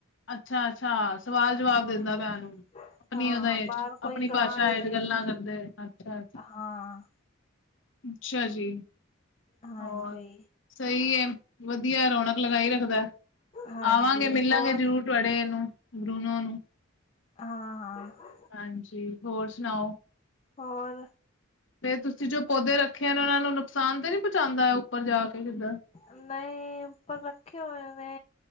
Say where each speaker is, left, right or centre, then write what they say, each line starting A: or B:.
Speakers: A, on the left; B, on the left.
A: ਅੱਛਾ- ਅੱਛਾ, ਸਵਾਲ ਜਵਾਬ
B: ਹਾਂ
A: ਦੇਂਦਾ ਪਿਐ ਉਹਨੂੰ ਆਪਣੀ
B: ਹਾਂ
A: ਅਦਾ,
B: ਬਾਹਰ ਕੋਈ
A: ਆਪਣੀ
B: ਗਾਂ
A: ਭਾਸ਼ਾ,
B: ਆਏ ਹੋਏ
A: ਗੱਲਾਂ
B: ਆ
A: ਕਰਦੇ ਪਏ, ਅੱਛਾ- ਅੱਛਾ
B: ਹਾਂ
A: ਅੱਛਾ ਜੀ,
B: ਹਾਂਜੀ
A: ਹੋਰ ਸਹੀ ਐ, ਵਦੀਆ, ਰੌਣਕ ਲਗਾਈ ਰੱਖਦਾ,
B: ਹਾਂਜੀ
A: ਆਵਾਂਗੇ ਮਿਲਾਂਗੇ।
B: ਹੋਰ
A: ਫੂਟ ਵਡੇ ਨੂੰ, ਬ੍ਰੂਨੋ ਨੂੰ
B: ਹਾਂ ਹਾਂ
A: ਹਾਂਜੀ, ਹੋਰ ਸੁਣਾਓ।
B: ਹੋਰ
A: ਫੇਰ, ਤੁਸੀਂ ਜੋ ਪੌਦੇ ਰੱਖੇ ਨੇ, ਉਹਨਾਂ ਨੂੰ ਨੁਕਸਾਨ ਤੇ ਨਹੀਂ ਪਹੁੰਚਾਦਾ, ਉੱਪਰ ਜਾ ਕੇ ਕਿੱਧਰ?
B: ਨਈਂ, ਉਪਰ ਰੱਖੇ ਹੋਏ ਨੇ